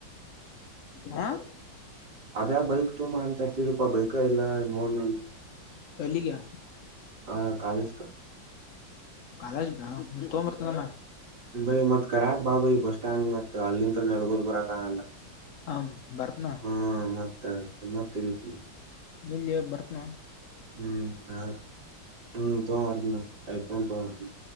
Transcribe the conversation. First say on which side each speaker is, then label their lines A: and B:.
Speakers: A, on the left; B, on the right.
A: ಹಾ...
B: ಅದೇ ಬೈಕ್ ತೊಂಬಾ ಅಂತ ಹಚ್ಚಿದ್ಲಪ್ಪ ಬೈಕ ಇಲ್ಲ ನೋಡ್ ನನ್
A: ಎಲ್ಲಿಗೆ
B: ಆ ಕಾಲೇಜ್
A: ಕಾಲಗ ಐತಾ ಹೂ ತೋಂದು ಬರ್ತೀನಿ ಏಳ ನಾ.
B: ಬೈ ಮತ್ ಕರಿಯಾಕ್ ಬಾ ಬೈ ಬಸ್ ಸ್ಟ್ಯಾಂಡ್ ಮತ್ ಅಲ್ಲಿಂದ್ರ ನಡಕೋತ ಬರಾಕ ಆಗಂಗಿಲ್ಲ.
A: ಹ ಬರ್ತನಿ ಏಳ
B: ಹಾ ಮತ್ತಕೆ ಮತ್ತಗಿತೀನಿ
A: ನಿಲ್ಲೇ ಬರ್ತನಾ
B: ಹ್ಮ್ ಹಾ ಹ್ಮ್ ತೊಗೊಂಡು ಬರ್ತೀನಿ ಐ ಪೋನ ತಗೊಂಡು ಬರ್ತೀನಿ.